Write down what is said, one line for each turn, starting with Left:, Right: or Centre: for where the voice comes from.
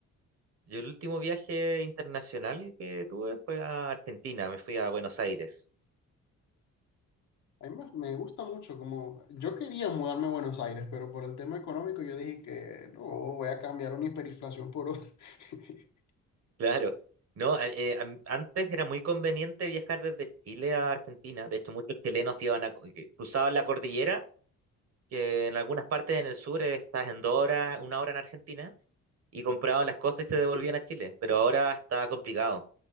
Right: Yo el último viaje internacional que tuve fue a Argentina, me fui a Buenos Aires.
Left: A mí me, me gusta mucho, como yo quería mudarme a Buenos Aires, pero por el tema económico yo dije que no, voy a cambiar una hiperinflación por otra. <laughs>
Right: Claro. No, a- eh, am- antes era muy conveniente viajar desde Chile a Argentina. De hecho, muchos chilenos iban a, co- que cruzaban la cordillera, que en algunas partes en el sur eh, estás en dos horas, una hora en Argentina, y compraban las cosas y se devolvían a Chile. Pero ahora está complicado.